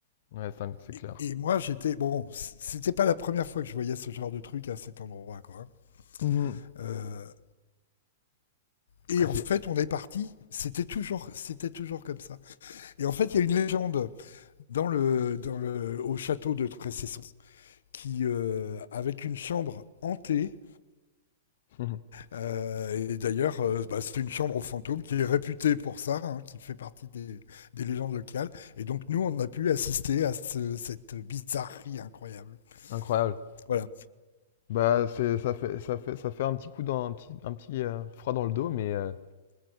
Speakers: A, on the left; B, on the left.
A: Ouais, c'est c'est clair.
B: Et, et moi, j'étais... Bon, c'était pas la première fois que je voyais ce genre de truc à cet endroit, quoi. hein.
A: Mhm.
B: Euh, Et
A: Ah,
B: en
A: c'est-
B: fait, on est parti. C'était toujours, c'était toujours comme ça. Et en fait, il y a une légende dans le, dans le, au château de Tressesson qui, euh, avec une chambre hantée,
A: <laughs>
B: euh, et d'ailleurs, euh, bah, c'est une chambre aux fantômes qui est réputée pour ça, hein, qui fait partie des, des légendes locales. Et donc, nous, on a pu assister à ce, cette bizarrerie incroyable.
A: Incroyable.
B: Voilà.
A: Bah, c'est, ça fait, ça fait, ça fait un petit coup dans, un petit, un petit euh, froid dans le dos, mais, euh,